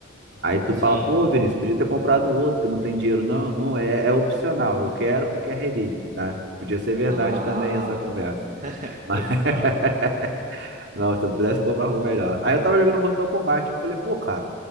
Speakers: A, on the right; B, on the right.
A: Aí tu
B: sim.
A: fala, pô, Vinícius, podia ter comprado um outro, não tem dinheiro. Não, não, é, é opcional.
B: Pô.
A: Eu quero porque é relíquia, tá? Podia ser verdade
B: Ah,
A: também essa conversa. Mas,
B: pode
A: <laughs>
B: ir, pá.
A: não, se eu pudesse comprar algo melhor. Aí eu tava jogando Mortal Kombat, eu falei, pô, cara.